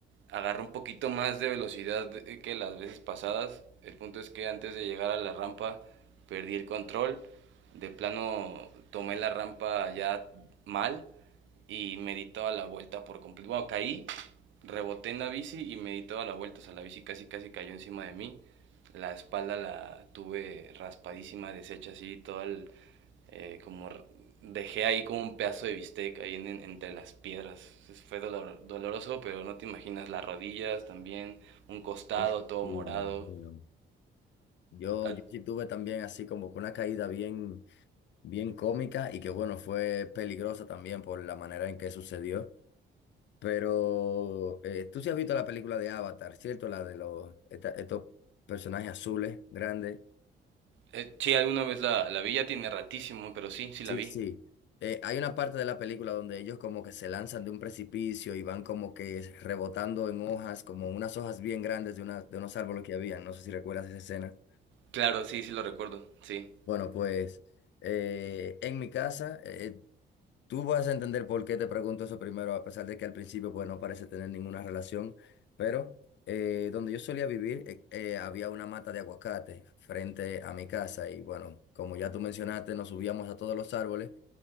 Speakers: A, on the right (about 70°); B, on the left (about 65°).
A: agarré un poquito más de velocidad que las veces pasadas. El punto es que antes de llegar a la rampa perdí el control. De plano tomé la rampa ya mal y me di toda la vuelta por completo. Bueno, caí, reboté en la bici y me di toda la vuelta. O sea, la bici casi casi cayó encima de mí. La espalda la tuve raspadísima, deshecha así, todo el, eh, como dejé ahí como un pedazo de bistec ahí en, en, entre las piedras. Fue dolor, doloroso, pero no te imaginas las rodillas también, un costado
B: Uf,
A: todo
B: Sí,
A: morado.
B: me imagino. Yo,
A: Ah,
B: yo sí tuve también así como que una caída bien, bien cómica y que bueno, fue peligrosa también por la manera en que sucedió. Pero eh, tú sí has visto la película de Avatar, ¿cierto? La de los, esta- estos personajes azules, grandes.
A: eh, sí, alguna vez la, la vi, ya tiene ratísimo, pero sí, sí
B: Sí,
A: la vi.
B: sí. Eh, hay una parte de la película donde ellos como que se lanzan de un precipicio y van como que rebotando en hojas, como unas hojas bien grandes de, una- de unos árboles que habían. No sé si recuerdas esa escena.
A: Claro, sí, sí lo recuerdo, sí.
B: Bueno, pues eh, en mi casa, eh, Tú vas a entender por qué te pregunto eso primero, a pesar de que al principio pues no parece tener ninguna relación, pero eh, donde yo solía vivir eh, eh, había una mata de aguacate frente a mi casa y bueno, como ya tú mencionaste, nos subíamos a todos los árboles